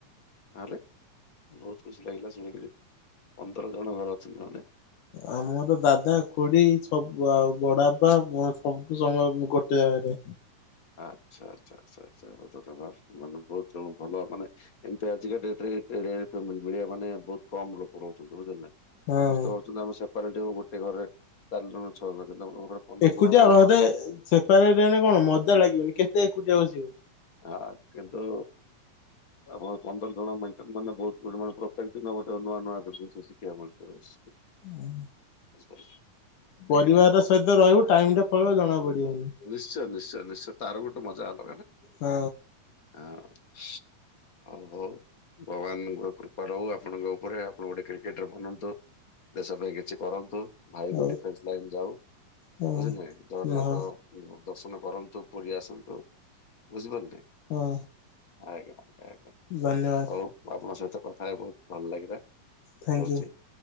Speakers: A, on the left; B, on the left.
A: ଆଲେ ବହୁତୁ ଖୁସି ଲାଗିଲା ଶୁଣିକିରି ପନ୍ଦର ଜଣ ଘରେ ଅଛନ୍ତି ମାନେ।
B: ଆମର ଦାଦା, ଖୁଡି ସବୁ ଆଉ ବଡ ବାପା ମୋ ସବୁ ସମୟ ଗୋଟେ ଜାଗାରେ।
A: ଆଚ୍ଛା-ଆଚ୍ଛା ଆଚ୍ଛା-ଆଚ୍ଛା <unintelligible> ମାନେ ବହୁତ୍ ଯୋ ଭଲ ମାନେ ଏମତି ଆଜିକା ଡେଟ ରେ ଏମିତି ଏଇ ଭଳିଆ ମାନେ ବହୁତ କମ ଲୋକ ରହୁଚନ୍ତି ବୁଝିଲେନା।
B: ହଁ
A: ସମସ୍ତେ ଭାବୁଚନ୍ତି ଆମେ ସେପାରେଟ ହବୁ ଗୋଟେ ଘରେ ଚାରି ଜଣ ରୁ ଛଅ ଜଣ କିନ୍ତୁ ଆପଣ ଙ୍କ ଘରେ ପନ୍ଦର
B: ଏକୁଟିଆ
A: ଜଣ ମାନେ
B: ଘରେ ସେପାରେଟ୍ ହେନେ କଣ ମଜା ଲାଗିବନି କେତେ ଏକୁଟିଆ ବସିବ।
A: ଆ କିନ୍ତୁ ଆପଣ ପନ୍ଦର ଜଣ ମେଣ୍ଟେନ୍ ମାନେ ବହୁତ୍ ଗୁଡେ ମାନେ ପ୍ରତ୍ୟେକ ଦିନ ଗୋଟେ ନୂଆ-ନୂଆ ଜିନିଷ ଶିଖିବା ମିଳୁଥିବ ବେଶୀ।
B: ହୁଁ।
A: <inaudible> ଆଜ୍ଞା
B: ପରିବାର ର ସହିତ ରହିବୁ ଟାଇମ୍ ଟା ପଳେଇବ ଜଣା ପଡ଼ିବନି।
A: ନିଶ୍ଚୟ ନିଶ୍ଚୟ ନିଶ୍ଚୟ ତାର ଗୋଟେ ମଜା ଅଲଗା ନା
B: ହଁ
A: ହାଁ। ଆଉ ହଉ ଭଗବାନଙ୍କର କୃପା ରହୁ ଆପଣଙ୍କ ଉପରେ ଆପଣ ଗୋଟେ କ୍ରିକେଟର ବନନ୍ତୁ। ଦେଶ ପାଇଁ କିଛି କରନ୍ତୁ ଭାଇ
B: ହଉ
A: ବି ଡିଫେନ୍ସ ଲାଇନ ଯାଉ
B: ହଁ।
A: ବୁଝିଲେ ଜଗନ୍ନାଥ
B: ହଁ
A: ଦର୍ଶନ କରନ୍ତୁ ପୁରୀ ଆସନ୍ତୁ ବୁଝି ପାରିଲେ?
B: ହଁ।
A: ଆଜ୍ଞା ଆଜ୍ଞା ଆଜ୍ଞା।
B: ଧନ୍ୟବାଦ।
A: ହଉ ଆପଣଙ୍କ ସହିତ କଥା ହେଇ ବହୁତ ଭଲ ଲାଗିଲା
B: ଥ୍ୟାଙ୍କ
A: ରହୁଛି
B: ୟୁ